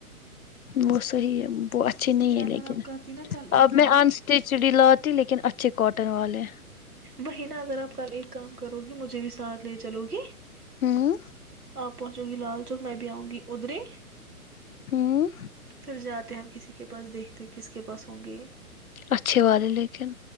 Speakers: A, on the left; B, on the right.
A: وہ صحیح ہے وہ اچھی
B: اس
A: نہیں
B: لیے اگر
A: ہے لیکن
B: آپ کرتی نا کل ایک
A: اب
B: کام
A: میں انٹیچڈ لات لیکن اچھے کاٹن والے
B: وہی نا اگر آپ کل ایک کام کرو گی مجھے بھی ساتھ لے چلو گی
A: ہوں
B: آپ پہنچو گی لال میں بھی آؤں گی ادھر ہی
A: ہوں
B: تو پھر جاتے ہم کسی کے پاس دیکھتے کس کے پاس ہوں گے
A: اچھے والے لیکن